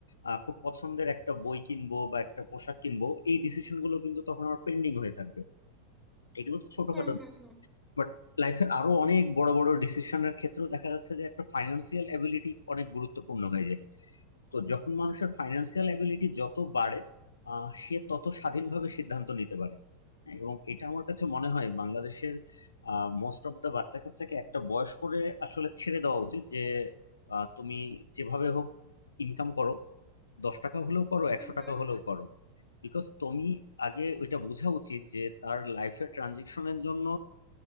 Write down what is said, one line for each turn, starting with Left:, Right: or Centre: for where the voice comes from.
Left: আহ, খুব পছন্দের একটা বই কিনবো বা একটা পোশাক কিনবো এই ডিসিশন গুলো কিন্তু তখন আমার পেন্ডিং হয়ে থাকবে এগুলো তো ছোটখাটো
Centre: হুম হুম হুম
Left: বাট লাইফের আরো অনেক বড় বড় ডিসিশনের ক্ষেত্রেও দেখা যাচ্ছে যে একটা ফাইন্যান্সিয়াল অ্যাবিলিটি অনেক গুরুত্বপূর্ণ হয়ে যায় তো যখন মানুষের ফাইন্যান্সিয়াল অ্যাবিলিটি যত বাড়ে আহ, সে তত স্বাধীনভাবে সিদ্ধান্ত নিতে পারে হ্যাঁ, এবং এটা আমার কাছে মনে হয় বাংলাদেশের মোস্ট অফ দা বাচ্চা কাচ্চাকে একটা বয়স করে আসলে ছেড়ে দেওয়া উচিত যে আহ, তুমি যেভাবে হোক ইনকাম করো দশ টাকা হলেও করো
Centre: হুম
Left: একশো
Centre: হুম
Left: টাকা হলেও করো বিকজ তুমি আগে ওইটা বোঝা উচিত যে তার লাইফের ট্রানজেকশনের জন্য